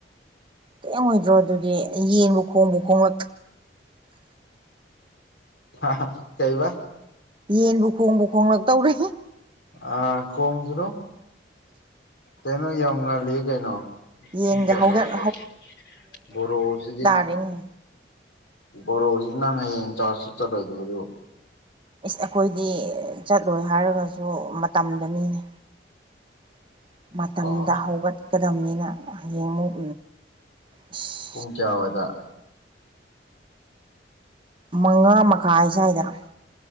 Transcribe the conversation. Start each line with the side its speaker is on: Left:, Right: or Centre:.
Right: ꯊꯦꯡ ꯑꯣꯏꯗ꯭ꯔꯣ ꯑꯗꯨꯗꯤ ꯌꯦꯟꯕꯨ ꯈꯣꯡꯕꯨ ꯈꯣꯡꯂꯛ
Left: ꯍꯥ ꯀꯩꯕꯥ
Right: ꯌꯦꯟꯕꯨ ꯈꯣꯡꯕꯨ ꯈꯣꯡꯂꯛꯇꯧꯔꯦ
Left: ꯑ ꯈꯣꯡꯖꯅꯨ ꯀꯩꯅꯣ ꯌꯥꯝ ꯉꯜꯂꯤ ꯀꯩꯅꯣ
Right: ꯌꯦꯟꯒ
Left: ꯀꯌꯥ
Right: ꯍꯧꯒꯠ
Left: ꯇꯧꯔꯒꯦ ꯕꯣꯔꯣꯁꯤꯗꯤ
Right: ꯐꯔꯦꯅꯤ
Left: <inaudible>
Right: ꯏꯁ ꯑꯩꯈꯣꯏꯗꯤ ꯆꯠꯂꯣꯏ ꯍꯥꯏꯔꯒꯁꯨ ꯃꯇꯝꯗꯅꯤꯅꯦ <inaudible> ꯃꯇꯝꯗ
Left: ꯑꯣ
Right: ꯍꯧꯒꯠꯀꯗꯕꯅꯤꯅ ꯍꯌꯦꯡ ꯑꯃꯨꯛ ꯏꯁ
Left: ꯄꯨꯡ ꯀꯌꯥ ꯋꯥꯏꯗ
Right: ꯃꯉꯥ ꯃꯈꯥꯏ ꯁ꯭ꯋꯥꯏꯗꯅ